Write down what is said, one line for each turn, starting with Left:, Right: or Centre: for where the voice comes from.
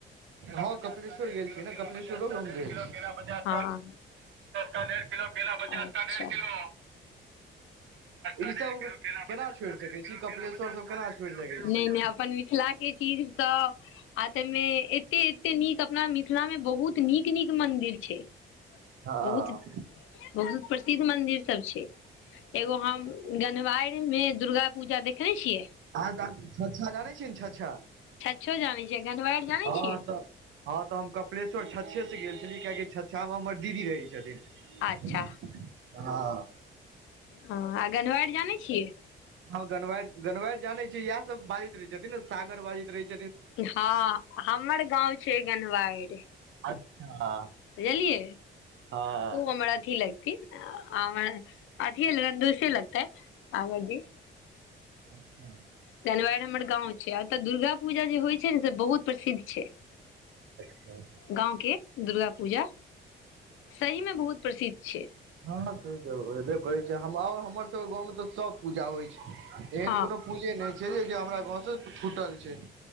Right: हँ कपिलेश्वर गेल छीय न। कपिलेश्वरो हम गेल छीए। केला पचास
Left: हँ
Right: का डेढ़
Left: अच्छा
Right: किलो। ई सब केना छोड़ि सकै छी, कपिलेश्वर सब केना छोड़ि सकै
Left: नहि
Right: छी?
Left: नहि अपन मिथिला के चीज तऽ आ तय मे एते-एते नीक अपना मिथिला में बहुत नीक-नीक मंदिर छै।
Right: आ हँ
Left: बहुत बहुत प्रसिद्ध मंदिर सब छै। एगो हम जनवारि मे दुर्गा पूजा देखने छियै।
Right: आगां छ्छा जानै छियै ने छ्छा।
Left: छछो जानै छियै, गन्हवाएड़ जानय
Right: हँ
Left: छियै?
Right: तऽ हँ तऽ हम कपिलेश्वर छच्छे से गेल छलियै कियाकि छ्च्छा मे हमर दीदी रहै छथिन।
Left: अच्छा
Right: हँ।
Left: हँ आ गन्हवाएर जानै छियै?
Right: हँ गन्हवारि गन्हवारि जानै छी इएह सब बाजैत रहै छथिन ने सागर बाजैत रहै छै
Left: हँ हमर गाँंव छै गन्हवाएर।
Right: अच्छा
Left: बुझलियै,
Right: हँ
Left: ओ हमरा अथी लग थिन, आ ओ अथिये ननदोइसे लगतैथ सागरजी।
Right: अच्छा
Left: गनवारि हमर गाँंव छै, आ ओतय दुर्गा पूजा जे होइ छै ने से बहुत प्रसिद्ध छै।
Right: अच्छा
Left: गाँंव के दुर्गा पूजा सही मे बहुत प्रसिद्ध छै।
Right: हँ सेतऽ होईबे कऽरै छै। आ हमर सबके गाँव में तऽ सब पूजा होइ छै, एहन
Left: हँ
Right: कोनो पूजे नहि छै जे जे हमरा गाँव से छुटल छै।